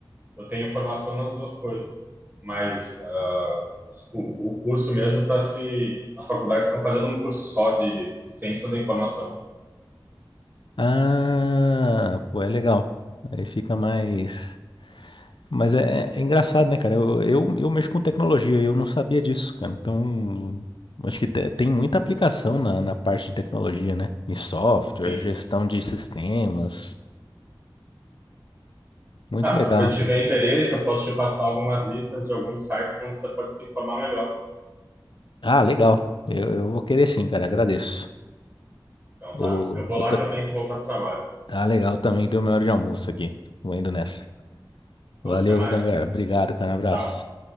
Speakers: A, on the right; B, on the left.
A: Eu tenho formação nas duas coisas. Mas ah, o, o curso mesmo está se... As faculdades estão fazendo um curso só de ciência da informação.
B: ah, pô, é legal. Aí fica mais. Mas é, é- é engraçado, né, cara? Eu, eu, eu mexo com tecnologia e eu não sabia disso, cara. Então, acho que te- tem muita aplicação na, na parte de tecnologia, né? Em software,
A: Sim.
B: gestão de sistemas. Muito
A: Ah, se
B: legal.
A: você tiver interesse, eu posso te passar algumas listas de alguns sites onde você pode se informar melhor.
B: Ah, legal. Eu, eu vou querer sim, cara. Agradeço.
A: Então
B: O,
A: tá, eu vou
B: o
A: lá
B: Dan-
A: que eu tenho que voltar para o trabalho.
B: ah, legal também. Deu minha hora de almoço aqui. Vou indo nessa.
A: Falou,
B: Valeu,
A: até mais.
B: Dangar. Obrigado, cara. Um abraço.
A: Tchau.